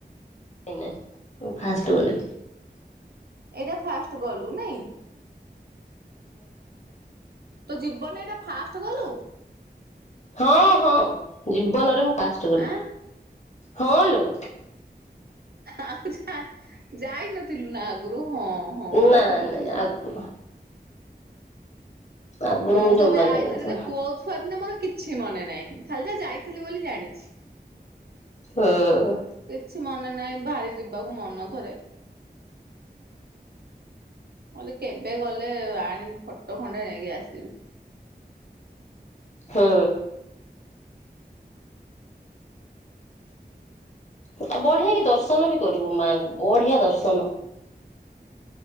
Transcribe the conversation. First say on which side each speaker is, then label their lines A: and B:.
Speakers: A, on the left (about 40°); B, on the right (about 65°).
A: ସେ ନାଇଁ ମୁଁ ଫାଷ୍ଟ ଗଲି।
B: ଏଇଟା ଫାଷ୍ଟ ଗଲୁ ନାଇଁ? ତୋ ଜୀବନରେ ଏଇଟା ଫାଷ୍ଟ ଗଲୁ।
A: ହଁ ହଁ ଜୀବନରେ ମୁଁ ଫାଷ୍ଟ ଗଲି
B: ଆଁ
A: ହଁ ଲୋ।
B: ଆଉ ଯା ଯାଇନ ଥିଲୁ ନା ଆଗରୁ ହଁ ହଁ ଆଉ
A: ନାଇଁ
B: କେବେ
A: ନାଇଁ
B: ତୁ ଗଲୁ।
A: ଆଗରୁ ଆଗରୁ
B: ମୁଁ
A: ଜମା
B: ତ ଯାଇଥିଲି
A: ଯାଇନଥିଲି।
B: ଯେ କୋଉ ଛୁଆ ଦିନେ ମୋର କିଛି ମନେ ନାହିଁ ଖାଲି ଯାହା ଯାଇଥିଲି ବୋଲି ଜାଣିଛି।
A: ଓହୋ।
B: କିଛି ମନେ ନାହିଁ ଭାରି ଯିବାକୁ ମନଥରେ। ମୁଁ କହିଲି କେବେ ଗଲେ ଆଣିବି ଫଟ ଖଣ୍ଡେ ଯାଇକି ଆସିବି।
A: ହଉ। ଆଉ ବଢିଆ କି ଦର୍ଶନ ବି କରିବୁ ମାଙ୍କୁ ବଢିଆ ଦର୍ଶନ।